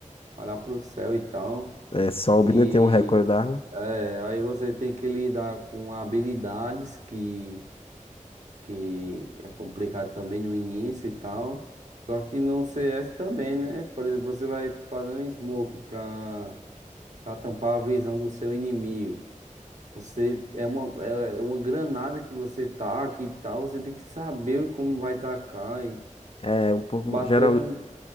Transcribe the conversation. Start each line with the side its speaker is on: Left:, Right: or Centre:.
Right: vai lá pro céu e tal.
Left: É, sobe,
Right: E
Left: né? Tem um recorde da arma.
Right: é, aí você tem que lidar com habilidades que que é complicado também no início e tal. Só que no CS também, né? Por exemplo, você vai fazer um smoke pra, pra tampar a visão do seu inimigo. Você é uma, é uma granada que você taca e tal, você tem que saber como vai tacar e
Left: É um pouco.
Right: bater
Left: Geral...
Right: um,